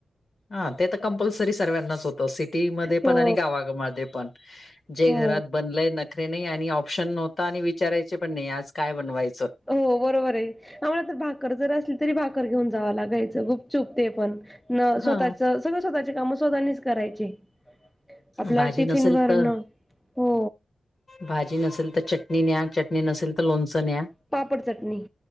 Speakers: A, on the left; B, in the centre.
A: हा ते तर कंपल्सरी सर्वांनाच होतं सिटीमध्ये
B: हो
A: पण आणि गावामध्ये पण जे
B: हो
A: घरात बनलंय नखरे नाही आणि ऑप्शन नव्हता आणि विचारायचे पण नाही आज काय बनवायचं.
B: हो बरोबर आहे आम्हाला तर भाकर जर असली तरी भाकर घेऊन जावं लागायचं खूप चुपते पण न
A: हा
B: स्वतःच सगळं स्वतःचे काम स्वतःनीच करायचे. आपल्या
A: भाजी
B: टिफिनवरर
A: नसेल तर
B: ना हो
A: भाजी नसेल तर चटणी न्या चटणी नसेल तर लोणचं न्या
B: पापड चटणी